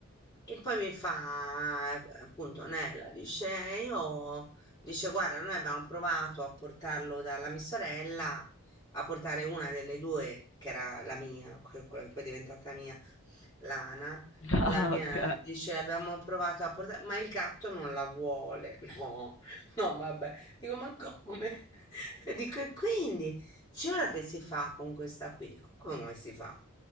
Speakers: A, on the left; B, on the left.
A: e poi mi fa, eh, appunto, Nella dice, io, dice, guarda, noi abbiamo provato a portarlo dalla mia sorella, a portare una delle due, che era la mia, que- quella che poi è diventata mia, Lana,
B: <laughs>
A: la
B: Ah,
A: mia,
B: ok.
A: dice, abbiamo provato a portare, ma il gatto non la vuole. <laughs> No, no, vabbè. Dico, ma come? <laughs> E dico, e quindi? Dice, ora che si fa con questa qui? Dico, come si fa?